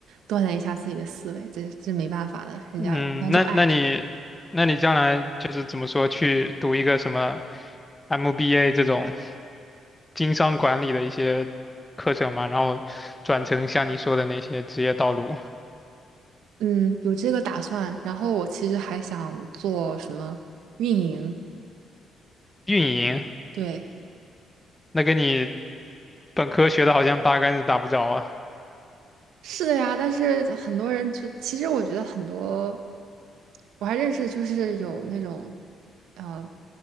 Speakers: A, on the right; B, on the left.
A: 锻炼一下自己的思维，这这没办法的，人家人家就爱，
B: 嗯，那那你那你将来就是怎么说去读一个什么 MBA 这种经商管理的一些课程嘛，然后转成像你说的那些职业道路，
A: 嗯，有这个打算。然后我其实还想做什么运营，
B: 运营。
A: 对，
B: 那跟你本科学的好像八竿子打不着啊，
A: 是的呀，但是很多人就其实我觉得很多，我还认识就是有那种，呃，